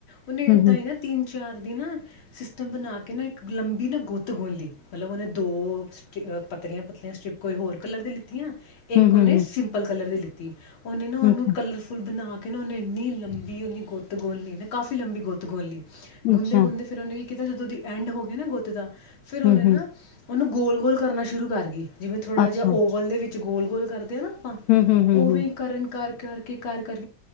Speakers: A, on the left (about 45°); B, on the left (about 75°).
A: ਉਹਨੇ
B: ਹਮ
A: ਇਦਾਂ ਹੀ ਨਾ ਤਿੰਨ ਜਾਣਦੇ ਨਾ ਸਿਸਟਮ ਬਣਾ ਕੇ ਨਾ ਇੱਕ ਲੰਬੀ ਨਾ ਗੁੱਤ ਗੁਣਲੀ ਮਤਲਬ ਉਹਨੇ ਦੋ ਪਤਲੀਆਂ ਪਤਲੀਆਂ ਸਟਰਿਪ ਕੋਈ ਹੋਰ ਕਲਰ ਦੀ ਲਿੱਤੀਆਂ। ਇਕੋ
B: ਹਮ ਹਮ ਹਮ
A: ਨੇ ਸਿੰਪਲ ਕਲਰ ਦੀ <inaudible> ਓਹਨਾ ਨੇ ਇਹਨੂੰ
B: ਹਮ ਅੱਛਾ
A: ਕਲਰਫੁਲ ਬਣਾ ਕਿਹਨੂੰ ਓਹਨੇ ਇਨੀ ਲੰਬੀ ਉਦੀ ਗੁੱਤ ਗੁਣਲੀ ਨੇ ਕਾਫੀ ਲੰਬੀ ਗੁੱਤ ਗੁਣਲੀ। ਗੁੰਦੇ
B: ਅੱਛਾ
A: ਗੁੰਦੇ ਫਿਰ ਉਹਨੇ। ਕਿਤੇ ਜਦੋਂ ਤੁਸੀਂ ਐਂਡ ਹੋ ਗਏ ਨਾ ਗੁੱਤ ਦਾ ਫਿਰ ਉਹਨੇ
B: ਹਮ
A: ਨਾ
B: ਹਮ
A: ਉਹਨੂੰ ਗੋਲ ਗੋਲ ਕਰਨਾ ਸ਼ੁਰੂ ਕਰਗੇ। ਜਿਵੇਂ ਥੋੜਾ
B: ਅੱਛਾ
A: ਜਿਹਾ ਓਵਲ ਦੇ ਵਿੱਚ ਗੋਲ ਬੋਲ ਕਰਦੇ ਆ ਨਾ।
B: ਹੂੰ, ਹੂੰ, ਹੂੰ,
A: ਉਹ
B: ਹੂੰ,
A: ਵੀ ਕਰਨ ਇਸ ਕਰਕੇ ਕਰ ਕਰ